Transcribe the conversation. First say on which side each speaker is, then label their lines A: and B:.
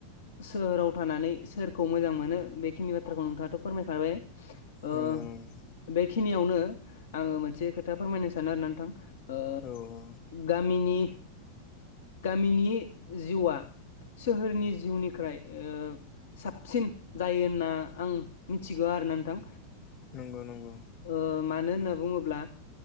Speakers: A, on the left (about 60°); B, on the left (about 35°).
A: सोहोराव थानानै सोरखौ मोजां मोनो बेखिनि बाथ्राखौ नोंथाङा फोरमायखाबाय ओ
B: नंगौ नंगौ
A: बेखिनियावनो आङो मोनसे खोथा फोरमायनो सानो आरो ना नोंथां ओ
B: औ औ
A: गामिनि गामिनि जिउआ सोहोरनि जिउनिख्राय ओ साबसिन जायो होनना आं मिथिगौ आरो ना नोंथां।
B: नंगौ नंगौ।
A: ओ मानो होनना बुङोब्ला